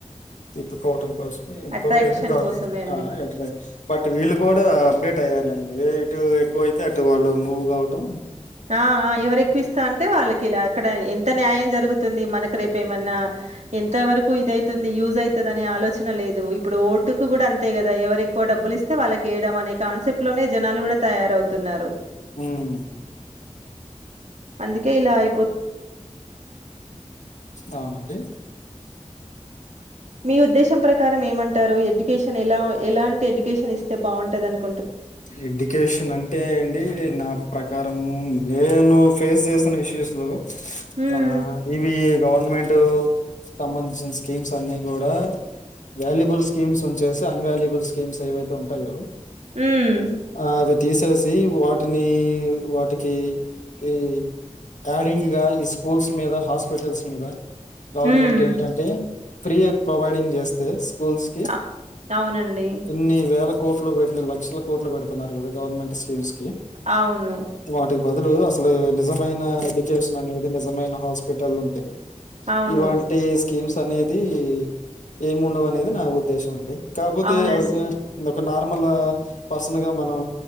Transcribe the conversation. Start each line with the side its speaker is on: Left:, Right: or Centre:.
Left: తిప్పుకోవటం కోసం ఇంకొకటి
Right: అట్రాక్షన్
Left: ఎంటే
Right: కోసమే అండి
Left: ఎ బట్ వీళ్ళు కూడా అప్డేట్ అయ్యారులేండి అదే ఇటు ఎక్కువైతే అటు వాళ్ళు మూవ్ కావటం
Right: ఆ ఎవరి క్కువిస్తా అంటే వాళ్ళకి ఇలా అక్కడ ఎ ఎంత న్యాయం జరుగుతుంది మనకు రేపు ఏమన్నా ఎంత వరకు ఇదవుతుంది, యూజ్ అవుతది అనే ఆలోచన లేదు, ఇప్పుడు ఓటుకు కూడా అంతే కదా ఎవరు ఎక్కువ డబ్బులిస్తే వాళ్ళకేయడం అనే కాన్సెప్ట్ లోనే జనాలు కూడా తయారవుతున్నారు
Left: ఉమ్
Right: అందుకే ఇలా అయి
Left: అవునండి
Right: మీ ఉద్దేశం ప్రకారం ఏమంటారు ఎడ్యుకేషన్ ఎలా ఎలాంటి ఎడ్యుకేషన్ ఇస్తే బాగుంటదని
Left: ఎడ్యుకేషన్ అంటే అండి నా ప్రకారం నేను ఫేస్ చేసిన ఇష్యూస్ లో
Right: హ్మ్.
Left: ఆ ఇవి గవర్నమె ర్నమెంట్ సంబంధించిన స్కీమ్స్ అన్ని కూడా వాల్యుబుల్ స్కీమ్స్ ఉంచేసి అన్వాల్యుబుల్ స్కీమ్స్ ఏవైతే ఉంటాయో
Right: ఉమ్
Left: ఆహ్, అవి తీసేసి వాటిని వాటికి ఈ యాడింగ్ గా ఈ స్కూల్స్ మీద హాస్పిటల్స్ మీద గవర్నమెంట్
Right: హ్మ్.
Left: ఏంటంటే ఫ్రీ ప్రొవైడింగ్ చేస్తే స్కూల్స్కి
Right: అ అవునండి.
Left: కొన్ని వేల కోట్లు పెట్లి లక్షల కోట్లు పెడుతున్నారు కదా గవర్నమెంట్ స్కీమ్స్ కి
Right: అవును
Left: వాటికి బదులు అసలు నిజమైన ఎడ్యుకేషన్ అనేది నిజమైన హాస్పిటల్ ఉంటాయి
Right: అవును.
Left: ఇవంటి స్కీమ్స్ అనే నేది ఏమి ఉండవు అనేది నా ఉద్దేశం అండి కాకపోతే
Right: అవునండి.
Left: ఆజ ద ఒక నార్మల్ ఆ పర్సన్ గా మనం